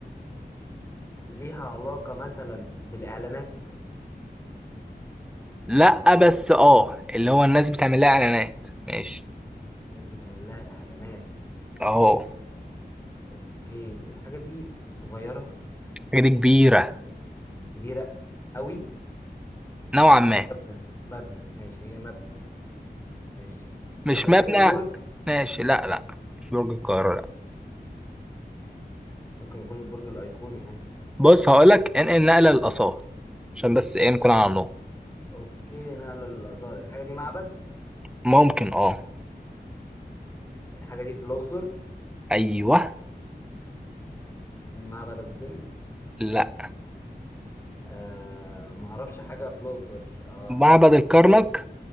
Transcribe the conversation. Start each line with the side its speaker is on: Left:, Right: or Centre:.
Left: ليها علاقة مثلا بالإعلانات
Centre: لا بس اه اللي هو الناس بتعمل لها اعلانات ماشي
Left: ناس بتعمل لها إعلانات
Centre: اهو
Left: اوكي الحاجة دي صغيرة
Centre: حاجه دي كبيره
Left: كبيرة قوي
Centre: نوعا ما
Left: مبنى مبنى ماشي هي مبنى ماشي
Centre: مش
Left: طب الحاجة
Centre: مبنى
Left: دي برج
Centre: ماشي لا لا مش برج القاهره لا
Left: ممكن يكون البرج الأيقوني عادي
Centre: بص هقول لك انقل نقله للاثار عشان بس ايه نكون على النقط
Left: اوكي نقلة للآثار الحاجة دي معبد
Centre: ممكن اه
Left: الحاجة دي في الأقصر
Centre: ايوه
Left: معبد أبو سمبل
Centre: لا
Left: آه ما اعرفش حاجة في الأقصر اه
Centre: معبد الكرنك